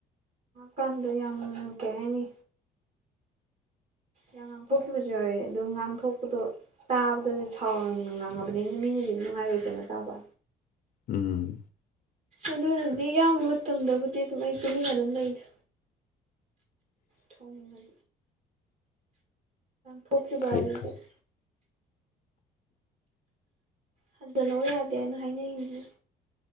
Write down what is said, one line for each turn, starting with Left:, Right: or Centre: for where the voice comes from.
Right: ꯀꯥꯟꯗ ꯌꯥꯝ ꯅꯨꯡ ꯀꯩꯍꯥꯏꯅꯤ ꯌꯥꯝ ꯉꯥꯡꯊꯣꯛꯈꯤꯕꯁꯨ ꯌꯥꯎꯋꯦ ꯑꯗꯨꯝ ꯉꯥꯡꯊꯣꯛꯄꯗꯣ ꯇꯥꯕꯗꯗꯤ ꯁꯥꯎꯔꯪꯅ ꯉꯥꯡꯉꯕꯅꯤꯅ ꯃꯤꯅꯗꯤ ꯅꯨꯡꯉꯥꯏꯔꯣꯏꯗꯅ ꯇꯥꯕ
Left: ꯎꯝ
Right: ꯑꯗꯨꯅꯗꯤ ꯏꯌꯥꯝꯕ ꯃꯇꯝꯗꯕꯨꯗꯤ ꯑꯗꯨꯝ ꯑꯩ ꯇꯨꯃꯤꯟꯅ ꯑꯗꯨꯝ ꯂꯩꯗ ꯊꯣꯡꯃꯤ ꯊꯣꯛꯈꯤꯕ
Left: ꯐꯩ
Right: ꯍꯥꯏ ꯑꯗꯨꯗꯤ
Left: ꯐꯩ
Right: ꯍꯟꯖꯂꯛꯎ ꯌꯥꯗꯦꯑꯅ ꯍꯥꯏꯅꯩꯅꯤ